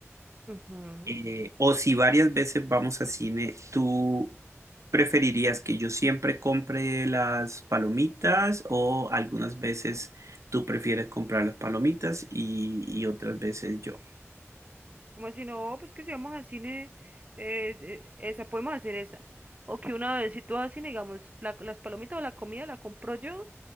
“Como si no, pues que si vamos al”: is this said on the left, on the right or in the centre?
Right